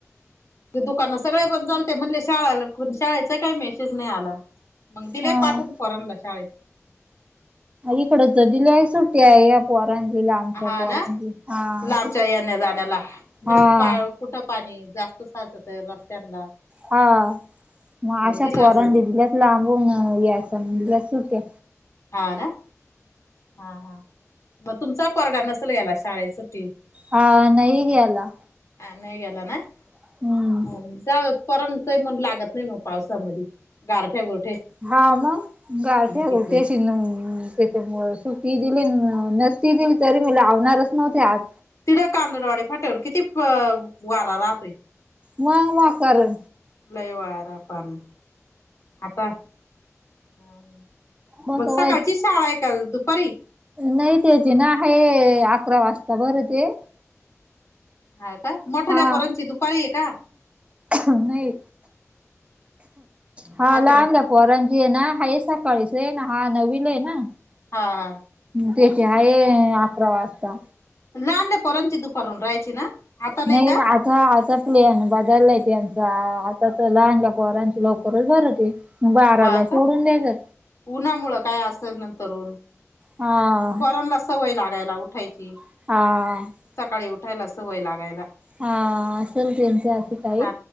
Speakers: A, on the left; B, on the right.
A: दुकान सगळे बंद झालती. ते म्हणले शाळाला शाळेचा काही मेसेज नाही आला. मग दिले
B: हा
A: पाठून पोरांना शाळेत.
B: इकडं तर दिली आहे. सुट्टी आहे. पोरांची आमच्या
A: हा
B: पोरांची
A: ना
B: आज
A: लांबच्या येण्या जाण्याला म्हणशील
B: हा हा.
A: पा कुठं पाणी जास्त साचत आहे. रस्त्यांना
B: हा मग अशा
A: दिला
B: पोरंण
A: असेल
B: दि
A: पण
B: दिल्यात लांबून या असं मग घ्या सुट्या
A: हा ना. हा हा मग तुमचा पोरगा नसेल गेला शाळेेत सुट्टी
B: हा नाही गेला.
A: हा नाही गेला ना.
B: हम्म
A: जाऊ पोरांचं ही मन लागत नाही. नाही. मग पावसामध्ये गारठ्या गोर
B: हा मग गारट्या
A: तिकडून
B: गोठ्याशी न सुटी दिली नसती दिली तरी मी लावणारच नव्हते. आज,
A: दिलं कांदडवाडी फाट्यावर किती वारा राहतय.
B: मग म कार
A: लय वार पण, आता ह.
B: बसवाय
A: मग सकाळची शाळा आहे का गं दुपारी?
B: नाही त्याची ना आहे. अकरा वाजता. बरं ते
A: हा का. मोठल्या
B: हा
A: पोरांची दुपारी आहे का?
B: नाही हा
A: अकरा
B: लहान ग. पोरांची आहे ना. आहे सकाळीच आहे. हा नववीला आहे ना.
A: हा हा.
B: त्याची आहे अकरा वाजता.
A: लहानल्या पोरांची दुपारून राहायची ना? आता
B: नाही
A: का
B: ना. आ आ आता प्लेन बदाललाय त्याचा आता तर लहान ल्या पोरांची लवकरच भरती. बाराला
A: हा का
B: सोडून द्यायचं.
A: उन्हामुळं काय असल नंतर ऊन
B: हा.
A: पोरांनाच सवय लागायला उठायची
B: हा
A: सकाळी उठायला सवय लागायला
B: हा असेल त्यांच असं काही
A: हा